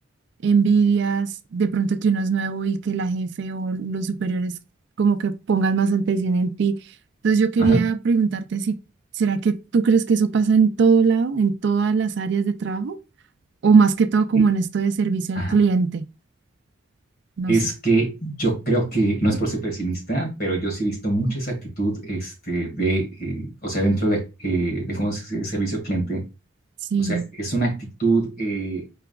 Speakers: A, on the right; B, on the left.
A: envidias de pronto que uno es nuevo y que la jefe o los superiores como que pongan más atención en ti? Entonces yo quería
B: Ajá,
A: preguntarte si, ¿será que tú crees que eso pasa en todo lado, en todas las áreas de trabajo? O más que todo como
B: y-
A: en esto de servicio
B: ajá.
A: al cliente, no
B: es
A: sé.
B: que yo creo que, no es por ser pesimista, pero yo sí he visto mucha esa actitud este, de, eh, o sea, dentro de, eh, de cómo se dice servicio cliente,
A: Sí.
B: o sea, es una actitud eh,